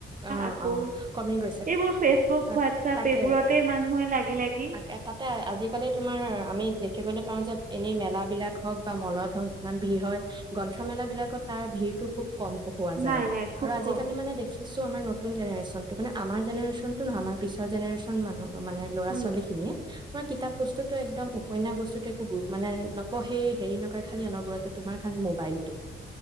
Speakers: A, on the right; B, on the right.
A: অ
B: আকৌ
A: অ কমি গৈছে
B: এইবোৰ ফেচবুক
A: অ
B: হোৱাটছআপ
A: তাকে
B: এইবোৰতে মানুহে লাগি লাগি
A: তে তাতে আজিকালি তোমাৰ আমি দেখিবলৈ পাওঁ যে এনেই মেলা বিলাক হওঁক বা মলত হওঁক যিমান ভিৰ হয় গ্ৰন্থমেলা বিলাকত তাৰ ভিৰ তটো খুব কম পঢ়োৱা যায়
B: নাই নাই খুব
A: আৰু আজিকালি
B: কম
A: মানে দেখি কিছু আমাৰ নতুন জেনেৰেশনটো মান আমাৰ জেনেৰেশনটো নহ আাৰ পিছৰ জেনেৰেচন মানুহ মানে ল'ৰা
B: উম
A: ছোৱালী খিনিয়ে তোমাৰ কিতাপ বস্তুতো একদম উপন্যাস বস্তুটো একো মানে নপঢ়েই। হেৰি নকৰে খালি অনবৰতে তোমাৰ খালি মোবাইলটো